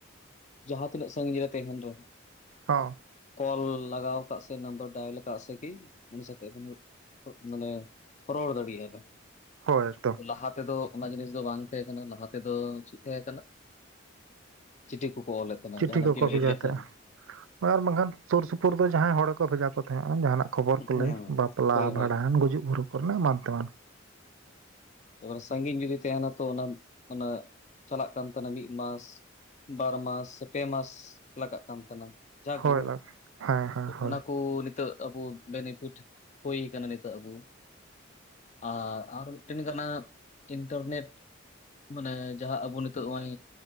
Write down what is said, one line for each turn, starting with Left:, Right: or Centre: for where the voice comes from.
Left: ᱡᱟᱦᱟᱸ ᱛᱤᱱᱟᱹᱜ ᱥᱟᱺᱜᱤᱧ ᱨᱮ ᱛᱟᱦᱮᱱ ᱨᱮ
Right: ᱦᱚᱸ
Left: ᱠᱚᱞ ᱞᱟᱜᱟᱣ ᱟᱠᱟᱫ ᱥᱮ ᱱᱟᱢᱵᱟᱨ ᱰᱟᱭᱮᱞ ᱟᱠᱟᱫ ᱥᱮ ᱜᱤ ᱩᱱᱤ ᱥᱟᱛᱮᱜ ᱢᱟᱱᱮ ᱨᱚᱲ ᱫᱟᱲᱮᱭᱟᱜ ᱵᱮᱱ
Right: ᱦᱳᱭ ᱮᱠᱫᱚᱢ
Left: ᱞᱟᱦᱟ ᱛᱮᱫᱚ ᱚᱱᱟ ᱡᱤᱱᱤᱥ ᱫᱚ ᱵᱟᱝ ᱛᱟᱦᱮᱸᱠᱟᱱᱟ ᱞᱟᱦᱟ ᱛᱮᱫᱚ ᱪᱮᱫ ᱛᱟᱦᱮᱸ ᱠᱟᱱᱟ ᱪᱤᱴᱷᱤ ᱠᱚᱠᱚ ᱚᱞᱮᱫ ᱛᱟᱦᱮᱱᱟ
Right: ᱪᱤᱴᱷᱤ
Left: ᱡᱟᱦᱱᱟᱜ
Right: ᱠᱚᱠᱚ
Left: ᱜᱮ ᱞᱟᱹᱭ
Right: ᱵᱷᱮᱡᱟ
Left: ᱨᱮᱭᱟᱜ
Right: ᱛᱟᱦᱮᱸᱜ
Left: ᱛᱟᱦᱮᱸᱱᱟ
Right: ᱟᱨ ᱵᱟᱝᱠᱷᱟᱱ ᱥᱩᱨ ᱥᱩᱯᱩᱨ ᱫᱚ ᱡᱟᱦᱟᱸᱭ ᱦᱚᱲ ᱠᱚ ᱵᱷᱮᱡᱟ ᱠᱚ ᱛᱟᱦᱮᱸᱫᱼᱟ ᱡᱟᱦᱟᱱᱟᱜ ᱠᱷᱚᱵᱚᱨ
Left: ᱦᱮᱸ
Right: ᱠᱚ ᱞᱟᱹᱭ
Left: ᱦᱮᱸ
Right: ᱵᱟᱯᱞᱟ
Left: ᱦᱳᱭ
Right: ᱵᱷᱟᱸᱰᱟᱱ
Left: ᱦᱳᱭ
Right: ᱜᱩᱡᱩᱜ ᱵᱩᱨᱩ ᱠᱚᱨᱮᱱᱟᱜ ᱮᱢᱟᱱ ᱛᱮᱢᱟᱱ
Left: ᱮᱵᱟᱨᱮ ᱥᱟᱺᱜᱤᱧ ᱡᱩᱫᱤ ᱛᱟᱦᱮᱱᱟ ᱛᱚ ᱚᱱᱟ ᱪᱟᱞᱟᱜ ᱠᱟᱱ ᱛᱟᱦᱮᱱᱟ ᱢᱤᱫ ᱢᱟᱥ ᱵᱟᱨ ᱢᱟᱥ ᱯᱮ ᱢᱟᱥ ᱞᱟᱜᱟᱜ ᱠᱟᱱ ᱛᱟᱦᱮᱱᱟ ᱡᱟᱜᱮ
Right: ᱦᱳᱭ
Left: ᱦᱳᱠᱚ
Right: ᱞᱟ ᱦᱮᱸ ᱦᱮᱸ ᱦᱳᱭ
Left: ᱚᱱᱟ ᱠᱚ ᱱᱤᱛᱚᱜ ᱟᱵᱚ ᱵᱮᱱᱤᱯᱩᱫ ᱦᱩᱭ ᱟᱠᱟᱱᱟ ᱱᱤᱛᱚᱜ ᱟᱵᱚ ᱟᱨ ᱟᱨ ᱢᱤᱫ ᱴᱮᱱ ᱠᱟᱱᱟ ᱤᱱᱴᱟ. ᱨᱱᱮᱴ ᱢᱟᱱᱮ ᱡᱟᱦᱟᱸ ᱟᱵᱚ ᱱᱤᱛᱚᱜ ᱱᱚᱜᱼᱚᱭ